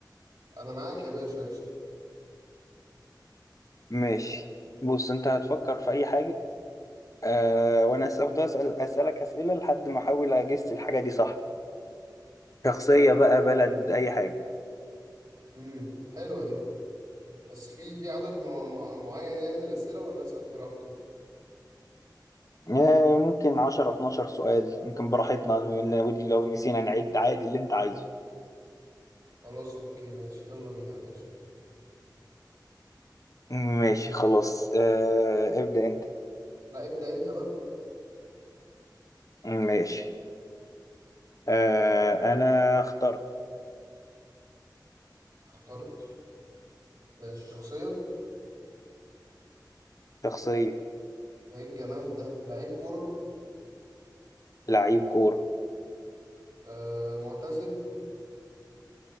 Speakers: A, on the right; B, on the left.
A: انا معاك يا باشا قشطه
B: ماشي بص انت هتفكر في اي حاجه آه وانا أس- افضل اسال اسالك اسئله لحد ما احاول اجس الحاجه دي صح شخصيه بقى بلد اي حاجه
A: امم حلوه دي بس في في عدد مع... مع... معين يعني من الاسئله ولا اسال براحتي
B: آه ممكن 10 12 سؤال ممكن براحتنا لو لو نسينا نعد عادي اللي انت عايزه
A: خلاص اوكي ماشي يلا بينا يا باشا
B: ماشي خلاص آه ابدأ انت
A: لا ابدا انت بقى
B: ماشي آه انا اخترت
A: اخترت ماشي شخصيه
B: شخصية
A: ده ايه الجمال ده لعيب كرة
B: لعيب كورة
A: آه معتزل